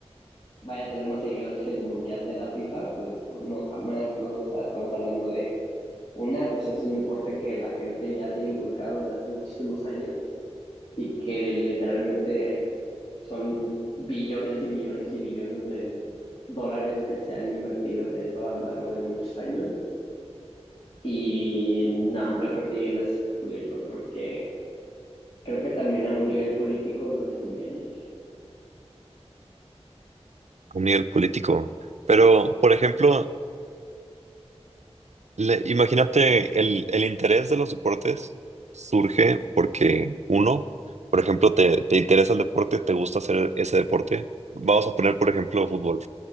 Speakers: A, on the left (about 50°); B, on the right (about 85°).
A: vaya a tener más seguidores que el mundial de la FIFA, pues, pues no, jamás, ¿no? O sea, estamos hablando de una, pues es un deporte que la gente ya tiene inculcado desde hace muchísimos años y que literalmente son billones y billones y billones de dólares que se han invertido en eso a lo largo de muchos años. Y no, no creo que lleguen a sustituirlo porque creo que también a un nivel político no les conviene.
B: a nivel político. Pero, por ejemplo, Le- imagínate, el, el interés de los deportes surge porque uno, por ejemplo, te, te interesa el deporte, te gusta hacer ese deporte. Vamos a poner, por ejemplo, fútbol.